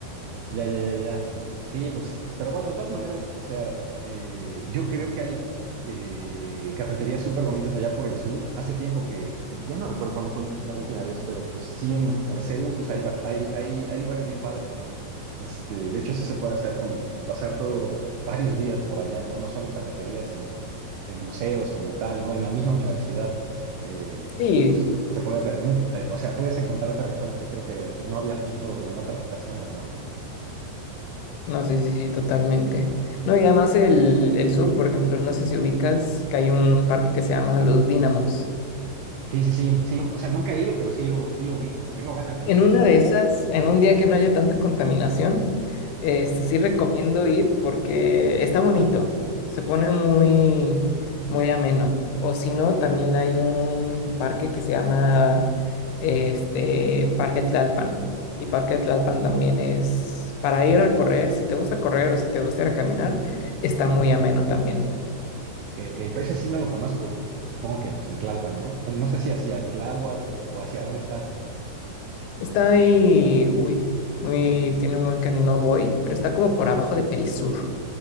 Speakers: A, on the right (about 80°); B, on the left (about 80°).
A: Ya, ya, ya, ya. Sí, pues, pero bueno, de todas maneras, o sea, eh, yo creo que hay eh, cafeterías súper bonitas allá por el sur. Hace tiempo que, que- ya no recuerdo cuándo fue la última vez, pero pues sí, en, por CEU, pues hay, bas- hay, hay, hay lugares bien padres, ¿no? Este, de hecho, sí se puede hacer como o pasar todo varios días por allá, ¿no? No solo en cafeterías, sino en museos como tal, ¿no? En la misma universidad, eh,
B: Sí,
A: que pues se puede tener, nunca- eh, o sea, puedes encontrar terricones que creo que pues no habías visto en otras ocasiones, ¿no?
B: no, sí, sí, sí, totalmente. No, y además el, el sur, por ejemplo, no sé si ubicas que hay un parque que se llama Los Dínamos.
A: Sí, sí, sí, sí. O sea, nunca he ido, pero sí lo, sí lo ubico. Tengo ganas de
B: En
A: ir, de
B: una
A: hecho.
B: de esas, en un día que no haya tanta contaminación, este, sí recomiendo ir porque está bonito, se pone muy, muy ameno. O si no, también hay un parque que se llama este, Parque Tlalpan. Y Parque Tlalpan también es para ir a correr, si te gusta correr o si te gusta ir a caminar, está muy ameno también.
A: Ok, ok. Pues ese sí no lo conozco. Supongo que pues en Tlalpan, ¿no? No, no sé si hacia Tláhuac o, o hacia dónde está.
B: Está ahí, uy, muy, tiene un buen que no voy, pero está como por abajo de Perisur.